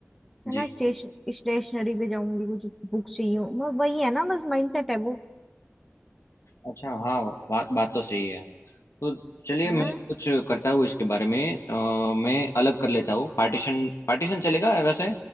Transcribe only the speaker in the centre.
मैं
ना स्टेश
स्टेशनरी पे जाऊंगी कुछ बुक चाहिए हो- वो- वही है ना बस माइंडसेट है वो
है
ना